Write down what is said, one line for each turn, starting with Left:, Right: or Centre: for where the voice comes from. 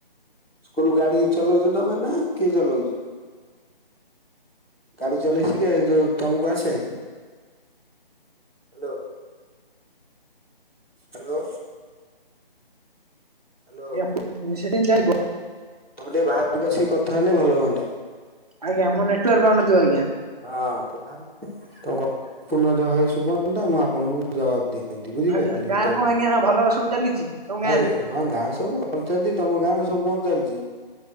Centre: ସ୍କୁଲ ଗାଡି ଚଲଉଚ ତମେ ନା କିଏ ଚଲାଉଚି? ଗାଡି ଚଲେଇସିକେ ଯୋଉ ତମକୁ ଆସେ? Hello hello. ହ୍ୟାଲୋ।
Right: ଏଇଆ ସେକେଣ୍ଡେ ଯାଇବ।
Centre: ତମେ ଟିକେ ବାହାରକୁ ଆସିକି କଥା ହେଲେ ଭଲ ହୁଅନ୍ତା।
Right: ଆଜ୍ଞା
Centre: ବୁଝିପାରିଲେ
Right: ମୋ ନେଟୱାର୍କ ପାଉନଥିବ ଆଜ୍ଞା।
Centre: ହଁ ତ ତ କଥା ପୂଣତା ଭାବରେ ଶୁଭୂନିତ ମୁଁ ଆପଣଙ୍କୁ ଜବାବ ଦିଲି। ଏ ମିତି ବୁଝି
Right: ଆଜ୍ଞା
Centre: ପାଇ
Right: ଗାଁରେ
Centre: ଉତ୍ତର
Right: କଣ
Centre: ଦେଲି
Right: ଆଜ୍ଞା ଭଲ ସବୁ ଚାଲିଛି ତମ
Centre: ହଁ
Right: ଗାଁ
Centre: ଆଜ୍ଞା।
Right: ରେ?
Centre: ହଁ ଗାଁ ସବୁ ଭଲ ଚାଲିଚି ତମ ଗାଁରେ ସବୁ କଣ ଚାଲିଚି?